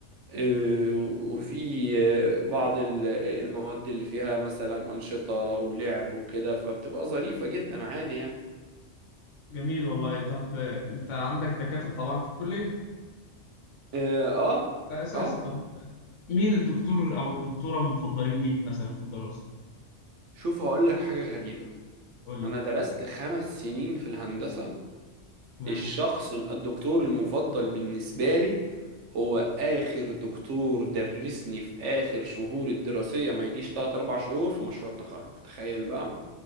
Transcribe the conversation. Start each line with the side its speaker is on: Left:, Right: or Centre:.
Right: آه، وفي آه، بعض ال- آه، المواد اللي فيها مثلا انشطه ولعب وكده فبتبقى ظريفه جدا عادي يعني
Left: جميل والله طب انت عندك دكاترة طبعا في الكلية
Right: اه آه،
Left: ده اساسي
Right: طبعا
Left: طب مين الدكتور او الدكتورة المفضلين ليك مثلا في الدراسة؟
Right: شوف هقول لك حاجه غريبه
Left: قول لي
Right: انا درست خمس سنين في الهندسه
Left: تمام
Right: الشخص الدكتور المفضل بالنسبة لي هو آخر دكتور درسني في آخر شهور الدراسية ما يجيش 3 4 شهور في مشروع التخرج تخيل بقى